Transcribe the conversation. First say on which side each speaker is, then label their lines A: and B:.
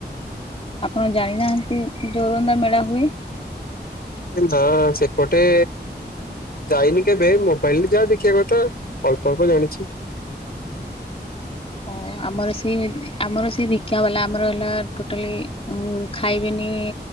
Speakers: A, on the left; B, on the left.
A: ଆପଣ ଜାଣିନାହାଁନ୍ତି ଜୋରନ୍ଦା ମେଳା ହୁଏ?
B: ନା ସେପଟେ ଯାଇନି କେବେ। ମୋବାଇଲରେ ଯାହା ଦେଖିବା କଥା ଅଳ୍ପ ଅଳ୍ପ ଜାଣିଛି।
A: ହ ଆମର ସେ, ଆମର ସେ ଦୀକ୍ଷା ବାଲା। ଆମର ହେଲା ଟୋଟାଲି ଉଁ ଖାଇବେନି